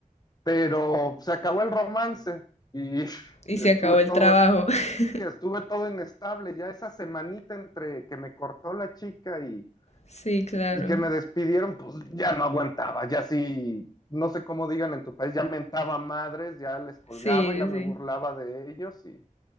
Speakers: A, on the left (about 30°); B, on the left (about 55°).
A: pero se acabó el romance y <laughs>
B: Y
A: estuve
B: se acabó
A: todo,
B: el trabajo. <laughs>
A: sí, estuve todo inestable, ya esa semanita entre que me cortó la chica y
B: Sí, claro.
A: y que me despidieron, pues ya no aguantaba, ya sí, no sé cómo digan en tu país, ya mentaba madres, ya les colgaba,
B: Sí,
A: ya
B: sí.
A: me
B: sí.
A: burlaba de ellos y